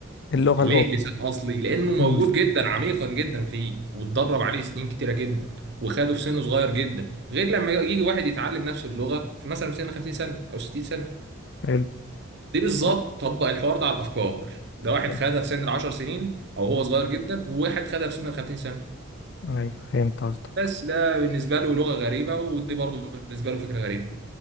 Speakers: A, on the left; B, on the right.
A: اللغة
B: ليه
A: الأم
B: لسان اصلي لانه موجود
A: امم
B: جدا عميقا جدا فيه واتدرب عليه سنين كتيره جدا وخده في سن صغير جدا غير لما يجي واحد يتعلم نفس اللغه في مثلا في سن 50 سنه او 60 سنه
A: حلو
B: دي بالظبط
A: صح
B: طبق الحوار ده على الافكار ده واحد
A: كده.
B: خدها في سن ال 10 سنين او هو صغير جدا وواحد خدها في سن ال 50 سنه
A: ايوه فهمت قصدك
B: بس ده بالنسبه له لغه غريبه ودي برضه بالنسبه له فكره غريبه